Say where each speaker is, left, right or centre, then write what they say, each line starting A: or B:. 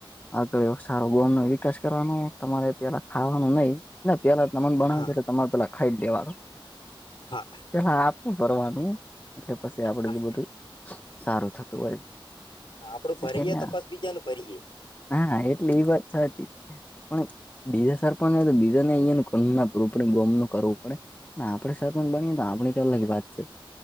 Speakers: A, on the left; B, on the left.
A: આગળ સારો બોન નો વિકાસ કરવાનો તમારે પેલા ખાવાનું નહી. ના પેલા તમન બનાવે
B: હા
A: છે કે તમારે પેલા ખાઈ જ દેવાનુ.
B: હા.
A: પેલા આપતું ફવાનું એટલે પછી આપડે
B: હા
A: બધું સારું થતું હોય.
B: આપડું ભરીયએ
A: એટલે
B: તો બસ બીજા નું ભરીયે- -
A: હા એટલે એ વાત સાચી પણ બીજા સરપંચ તો બીજાને અહીંયા કપ ગમ નું કરવું પડે અને આપણેે સરપંચ બનીએ તો આપણે- - અલગ વાત છે